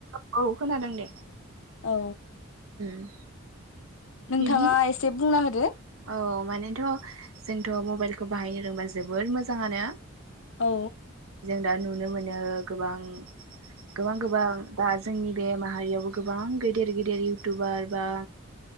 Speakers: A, on the right; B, on the left.
A: औ औ खोनादों दे।
B: औ
A: उम।
B: नोंथाङा
A: बिब्दि
B: एसे बुंना होदो।
A: औ मानिथ जोंथ मबाइलखौ बाहायनो रोंबा जोबोद मोजाङानो।
B: औ
A: जों दा नुनो मोनो बिनो गोबां गोबां गोबां दा जोंनि बे माहारियावबो गोबां गेदेर गेदेर इउटुबार बा